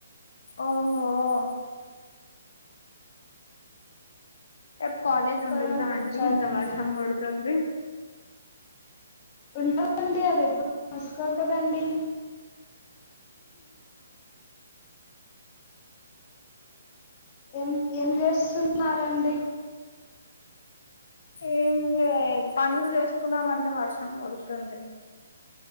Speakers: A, on the left; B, on the left.
A: ఆహా ఆ రేప్ కాలేజ్
B: తీసుకోవడానికి
A: ఉంటుందా
B: వచ్చాడండి
A: అండి ఇంత వర్షం పడుతుంది
B: ఉంటందండి అది ఎప్పుడు మూసుకోదు కదండి ఏం ఏం చేస్తున్నారండి
A: ఏం లే పనులు చేసు కుందమంటె వర్షం కొడుతుంది